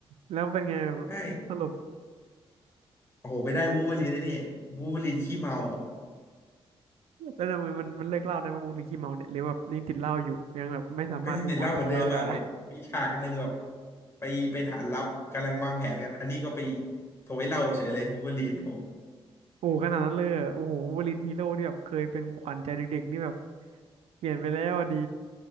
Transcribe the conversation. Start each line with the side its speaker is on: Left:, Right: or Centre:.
Right: แล้วเป็นไง
Left: ใช่
Right: สรุป
Left: โอ้โหไปได้วูล์ฟเวอรีนได้นี่วูล์ฟเวอรีนขี้เมา
Right: แล้วทำไมมันมันเลิกเหล้าได้มาบูหรือขี้เมาเนี่ยหรือแบบยังติดเหล้าอยู่ยังแบบไม่สามารถ
Left: ก็ยังติดเหล้าเหมือนเดิมอ่ะแบบมีฉากหนึ่งแบบ
Right: move on จากเหล้าได้
Left: ไปไปฐานลับกำลังวางแผนกันอันนี้ก็ไปโถยเหล้าเฉยเลยวูล์ฟเวอรีนผม
Right: โอ้ขนาดนั้นเลยเหรอโอ้โหวูล์ฟเวอรีนฮีโร่ที่แบบเคยเป็นขวัญใจเด็กๆนี่แบบเปลี่ยนไปแล้วอะดี